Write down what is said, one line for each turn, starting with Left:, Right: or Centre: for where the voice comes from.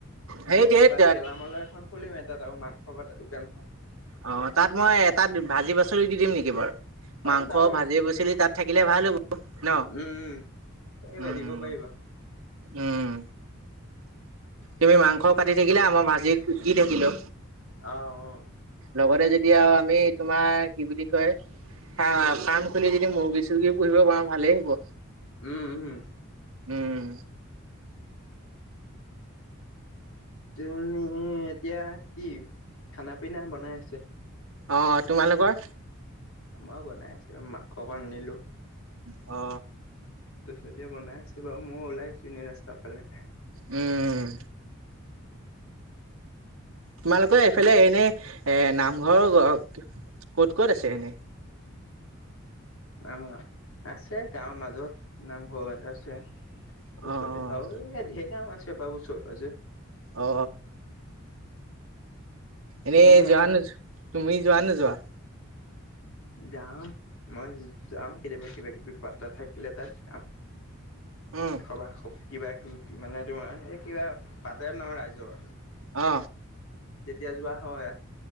Right: সেই তেত
Left: এটাত গেলামালৰ এখন খুলিম এটাত আৰু মাংস কটা দোকান খন।
Right: অ, তাত মই এটাত ভাজি পাচলি দি, দিম নেকি বাৰু।
Left: পাৰিবা
Right: মাংস,
Left: অ
Right: ভাজি পাচলি তাত থাকিলে ভাল হ'ব ন।
Left: উম পাৰিবা
Right: উম,
Left: দিব পাৰিবা
Right: উম। তুমি মাংস
Left: পিছে
Right: কাতি থাকিলে, আমাৰ ভাজি দি থাকিলো।
Left: অ, অ।
Right: লগতে যেতিয়া, আমি তোমাৰ কি বুলি কয়, ফাৰ্ম খুলি, যদি মুৰ্গী, চৰ্গী পুহিব পাৰোঁ ভালেই হ'ব।
Left: উম, উম।
Right: উম।
Left: তুমি তুমি, এতিয়া কি খানা পিনা বনাই আছে?
Right: অ, তোমালোকৰ।
Left: আমাৰ বনাই আছোঁ মাংস অকণ নিলোঁ।
Right: অ।
Left: টো, এতিয়া বনাই আছো বাৰু, মই ওলাই আহিছো এনেই ৰাস্তাৰ ফালে।
Right: উম। তোমালোকৰ
Left: এইটোক
Right: এইফালে এনেই এ, নামঘৰ ক'ত, ক'ত আছে এনেই?
Left: আমাৰ, আছে গাঁৱৰ মাজত নামঘৰ এটা আছে।
Right: অ',
Left: ওচৰতে
Right: অ',
Left: আৰু, এই ঢেৰ কাম আছে। আছে বা উচৰে পাজৰে।
Right: অ। এনেই
Left: তোমাৰ
Right: যোৱা নোযোৱা, তুমি যোৱা নোযোৱা?
Left: যাওঁ, মই। যাওঁ কেতিয়াবা, কিবা, কিবি পাতা থাকিলে, তাত কাম।
Right: অ',
Left: সবা খব কিবা কিবি মানে, তোমাৰ এই কিবা পাতে ন ৰাইজৰ।
Right: অ।
Left: তেতিয়া যোৱা হয়।